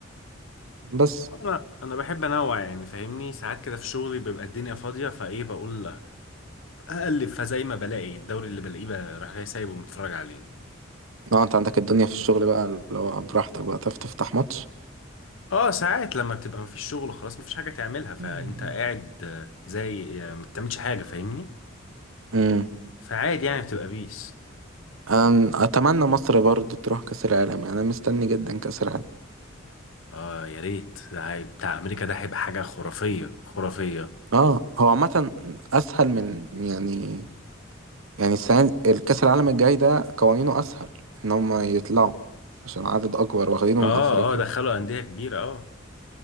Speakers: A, on the right; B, on the left.
A: بس
B: أنا أنا بحب أنوع يعني فاهمني ساعات كده في شغلي بيبقى الدنيا فاضية فإيه بقول لا أقلب فزي ما بلاقي الدوري اللي بلاقيه بقى راح جاي سايبه متفرج عليه
A: اه انت عندك الدنيا في الشغل بقى اللي هو براحتك بقى تعرف تفتح ماتش
B: اه ساعات لما بتبقى مفيش شغل خلاص مفيش حاجة تعملها فأنت
A: مم.
B: قاعد آه، زي آه، ما بتعملش حاجة فاهمني
A: امم
B: فعادي يعني بتبقى بيس
A: انا اتمنى مصر برضو تروح كاس العالم يعني انا مستني جدا كاس العالم
B: اه يا ريت ده هي- بتاع أمريكا ده هيبقى حاجة خرافية خرافية
A: اه هو عامه اسهل من يعني يعني السنه الكاس العالم الجاي ده قوانينه اسهل ان هم يطلعوا عشان عدد اكبر واخدينه
B: اه
A: من افريقيا
B: اه دخلوا أندية كبيرة اه